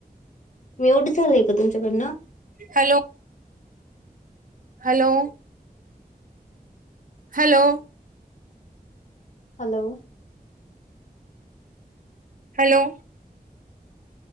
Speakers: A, on the left (about 50°); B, on the right (about 60°).
A: म्युट झालंय का तुमच्याकडनं?
B: Hello. Hello hello.
A: Hello.
B: Hello.